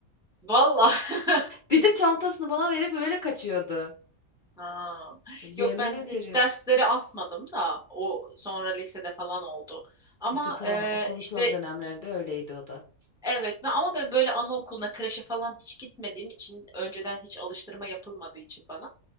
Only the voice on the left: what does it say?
Bir de çantasını bana verip öyle kaçıyordu.
Yemin
ederim.
İşte son,
okulun
son dönemlerinde öyleydi o da.